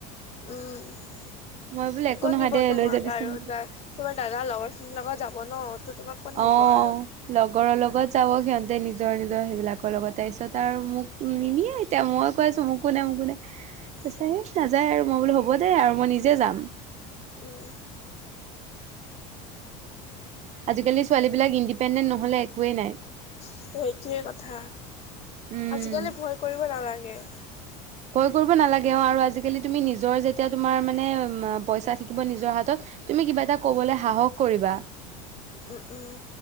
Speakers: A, on the left; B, on the right.
A: আহ
B: মই বোলে একো
A: ক
B: নহয়
A: দিব
B: দে
A: তোমাক
B: লৈ যাবিচোন
A: আৰু দ তোমাৰ দাদাৰ লগৰখিনিৰ লগত যাব নো তোমাক ক'ত
B: অ
A: নিব আৰু
B: লগৰৰ লগত যাব সিহতে নিজৰ নিজৰ সেইবিলাকৰ লগত তাৰপিছত আৰু মোক নিনিয়ে
A: উম
B: এতি মই কছো মোকো নাই মোকো নাই ত
A: উম
B: স নাযায় আৰু মই বোলো হ'ব দেেই আৰু মই নিজে যাম
A: উম
B: আজিকালি ছোৱালীবিলাক ইণ্ডিপেণ্ডেণ্ট নহ'লে একোৱেই নাই
A: সেইটোোৱে কথা
B: উম
A: আজিকালি ভয় কৰিব নালাগে
B: ভয় কৰিব নালাগে আৰু আজিকালি তুমি নিজৰ যেতিয়া তোমাৰ মানে পইচা থাকিব নিজৰ হাতত তুমি কিবা এটা কবলৈ সাহস কৰিবা
A: অঁ অঁ